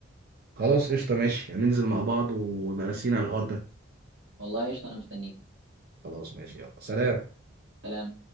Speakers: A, on the right (about 45°); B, on the right (about 65°).
A: خلاص قشطه ماشي ننزل مع بعض ويبقى راسينا على الحوار ده
B: والله قشطه انا مستنيك
A: خلاص ماشي يلا سلام
B: سلام